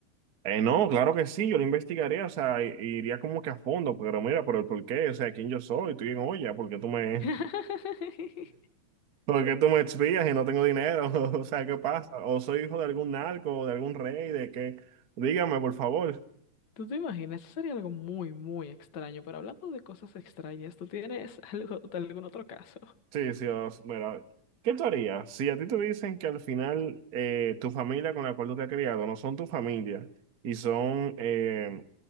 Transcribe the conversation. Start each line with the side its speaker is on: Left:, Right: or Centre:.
Right: Eh, no, claro que sí, yo lo investigaría, o sea, i- iría como que a fondo, pero mira, pero ¿por qué? O sea, ¿quién yo soy? Tú bien, oye, ¿por qué tú me,
Left: <laughs>
Right: <laughs> por qué tú me espías y no tengo dinero? <laughs> O sea, ¿qué pasa? ¿O soy hijo de algún narco, de algún rey, de qué? Dígame, por favor.
Left: ¿Tú te imaginas? Eso sería algo muy, muy extraño. Pero hablando de cosas extrañas, ¿tú tienes <laughs> algo, algún otro caso?
Right: Sí, sí, os- mira, ¿qué tú harías si a ti te dicen que al final eh, tu familia con la cual tú te has criado no son tu familia y son, eh,